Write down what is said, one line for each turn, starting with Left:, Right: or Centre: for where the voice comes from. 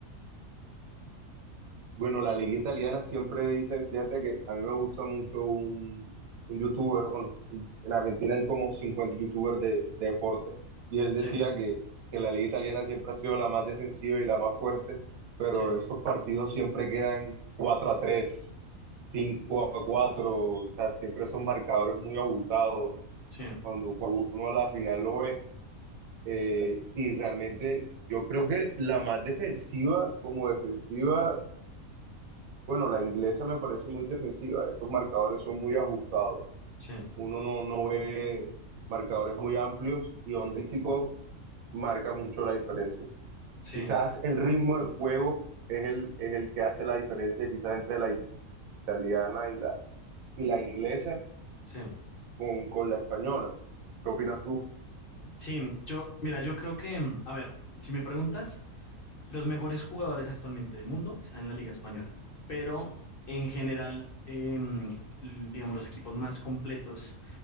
Right: Bueno, la liga italiana siempre dicen, fíjate que a mí me gusta mucho un, un youtuber, bueno, en Argentina hay como 50 youtubers de, de deporte, y él decía
Left: Sí,
Right: que, que la liga italiana siempre ha sido la más defensiva y la más fuerte, pero
Left: sí,
Right: esos partidos siempre quedan 4 a 3, 5 a 4, o sea, siempre son marcadores muy abultados.
Left: sí,
Right: Cuando, cuando uno a la final lo ve, Eh, y realmente yo creo que la más defensiva como defensiva, bueno, la inglesa me parece muy defensiva, esos marcadores son muy ajustados,
Left: sí,
Right: uno no, no ve marcadores muy amplios y Ondícico marca mucho la diferencia.
Left: sí,
Right: Quizás el ritmo del juego es el, es el que hace la diferencia quizás entre la italiana y la, y la inglesa
Left: sí.
Right: con, con la española. ¿Qué opinas tú?
Left: Sí, yo, mira, yo creo que, mm, a ver, si me preguntas, los mejores jugadores actualmente del mundo están en la Liga Española, pero en general, eh, mm, l- digamos, los equipos más completos